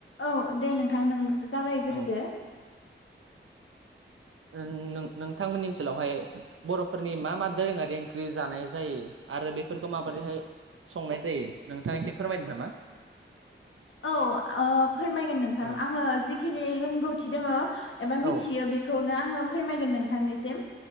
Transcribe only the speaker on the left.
औ दे नोंथां नों जागायग्रोदो
औ ओ फोरमायगोन नोंथां
आङो जिखिनि रोंगौथि दङ एबा मिथियो
बेखौनो आङो फोरमायगोन नोंथांनिसिम